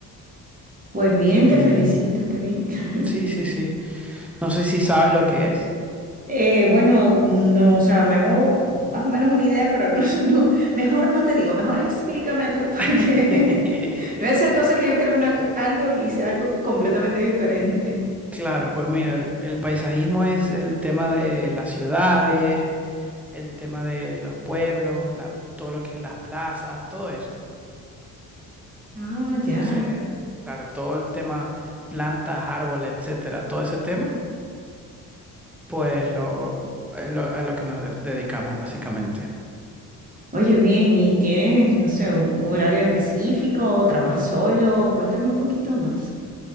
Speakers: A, on the right; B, in the centre.
A: Pues bien,
B: Y
A: te felicito, qué bien. <laughs>
B: sí, sí, sí. No sé si sabes lo que es.
A: Eh, bueno, no, o sea, me hago más o menos una idea, pero no, <laughs> no, mejor no te digo, mejor explícame tú, porque
B: <laughs>
A: <laughs> no voy a hacer cosas que yo creo una- algo y sea algo completamente diferente.
B: Claro, pues mira, el, el paisajismo es el tema de las ciudades, el tema de los pueblos, la- todo lo que es las plazas, todo eso.
A: Ah,
B: Entonces,
A: ya.
B: claro, todo el tema plantas, árboles, etcétera, todo ese tema, pues lo, es lo- a lo que nos de- dedicamos básicamente.
A: Oye, bien, ¿y tienes, no sé, un, un horario específico o trabajas solo? Cuéntame un poquito más.